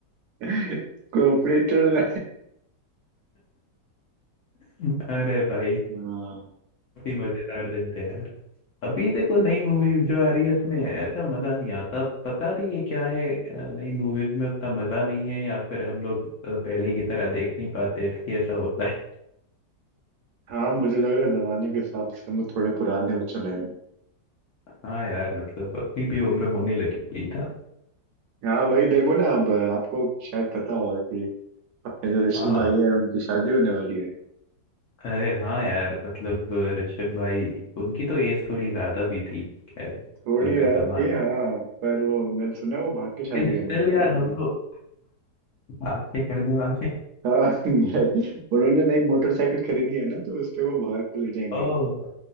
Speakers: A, on the right; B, on the left.
A: <laughs> कोऑपरेटर
B: अरे भाई
A: हाँ
B: काफी मजेदार दिन थे यार अभी देखो नई मूवीज जो आ रही है इसमें ऐसा मजा नहीं आता पता नहीं ये क्या है अ, नई मूवीज में उतना मजा नहीं है या फिर हम लोग अ, पहले की तरह देख नहीं पाते इसलिए ऐसा होता है
A: हाँ मुझे लग रहा है जमाने के हिसाब से हम लोग थोड़े पुराने हो चले हैं अब।
B: हाँ यार मतलब अपनी भी उम्र होने लगी हुई था
A: हाँ वही देखो ना अब आपको शायद पता होगा कि अपने जो ऋषभ
B: हाँ
A: भाई है उनकी शादी होने वाली है
B: अरे हाँ यार मतलब अ, ऋषभ भाई उनकी तो एज थोड़ी ज्यादा भी थी खैर
A: थोड़ी
B: उनका
A: रात
B: तो मान
A: भी हाँ पर वो मैंने सुना वो भाग के शादी
B: लेकिन
A: करने
B: स्टिल
A: वाले
B: यार
A: हैं।
B: हम लोग भाग के करने वाले
A: हाँ <laughs> उन्होंने नई मोटरसाइकिल खरीदी है ना तो उस पे वो भाग के ले जाएंगे
B: ओह